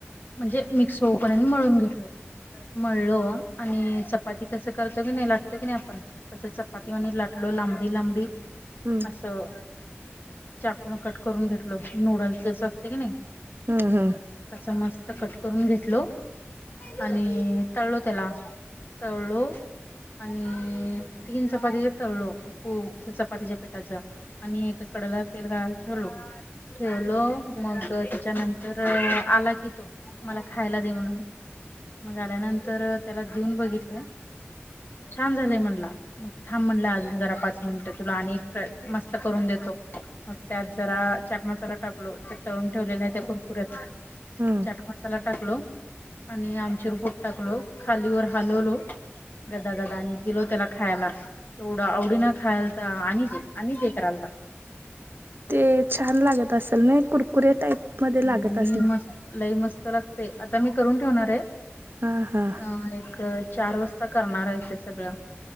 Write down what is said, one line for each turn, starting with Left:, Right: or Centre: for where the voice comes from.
Left: म्हणजे मिक्स होऊ परण मळून घेतल. मळलो आणि चपाती कसं करतो की नाही? लाटतो की नाही आपण? तसं चपाती वानी लाटलो. लांबडी लांबडी.
Right: हम्म
Left: असं चाकूनं कट करून घेतलं नूडल्स जसं असतं की नाही? तसं
Right: हम्म हम्म
Left: मस्त कट करून घेटलो. आणि तळलो त्याला. तळलो आणि तीन चपातीचे तळलो खूप चपातीचे पेटाचा आणि एक कडंला तेल गाळायला ठेवलो. ठेवलो मग त्याच्यानंतर आला की तो मला खायला दे म्हणून मग आल्यानंतर त्याला देऊन बघितलं छान झालंय म्हण मग थांब म्हणलं अजून जरा पाच मिनट तुला आणि मस्त करून देतो. मग त्या जरा चाट मसाला टाकलो तर तळून ठेवलेला आहे त्या कुरकुऱ्यात.
Right: हम्म
Left: चाट मसाला टाकलो. आणि आमचूर पोट टाकलो खालीवर हलवलो. गदा गदा आणि दिलो त्याला खायला. तेवढं आवडीन खायलता तर आणि आणि दे करालता. <inaudible>
Right: ते छान लागत असेल नाय कुरकुरे टाईप? मध्ये लागत
Left: लई
Right: असणार
Left: मस्त, लई मस्त लागते. आता मी करून ठेवणार आहे.
Right: हा हा
Left: अं एक चार वाजता करणार आहे ते सगळं.